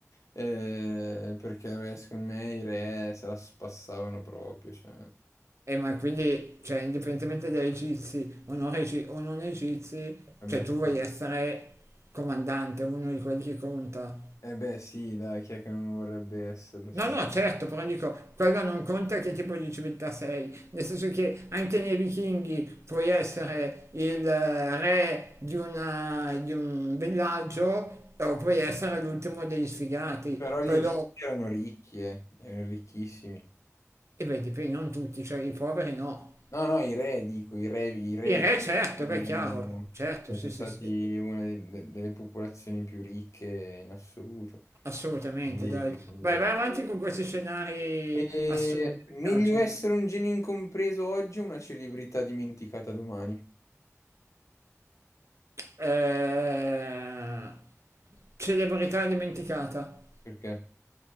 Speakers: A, on the left; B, on the right.
A: eh, perché vabbè, secondo me i re se la spassavano proprio. Cioè,
B: E ma quindi, cioè, indipendentemente dai egizi o non, egi- o non egizi,
A: vabbè,
B: cioè tu
A: sì.
B: vuoi essere comandante, uno di quelli che conta.
A: Eh beh sì, dai, chi è che non vorrebbe esserlo, sì.
B: No, no, certo,
A: sì.
B: però dico, quello non conta che tipo di civiltà sei, nel senso che anche nei vichinghi puoi essere il eh, re di, una- di un villaggio o puoi essere l'ultimo degli sfigati,
A: Però gli
B: quello,
A: egizi erano ricchi, eh, erano ricchissimi.
B: e beh, dipende, non tutti, cioè i poveri no.
A: No, no, i re, dico, i re, i re
B: Il
A: egizi
B: re certo, beh,
A: erano,
B: chiaro, certo,
A: e
B: sì,
A: sono stati
B: sì, sì,
A: una de- de- delle popolazioni più ricche in assoluto.
B: assolutamente,
A: Quindi,
B: dai.
A: quindi
B: Vai,
A: beh.
B: vai avanti con questi scenari
A: E
B: assurdi, mi
A: meglio
B: piacciono.
A: essere un genio incompreso oggi o una celebrità dimenticata domani?
B: Eh, celebrità dimenticata.
A: Perché?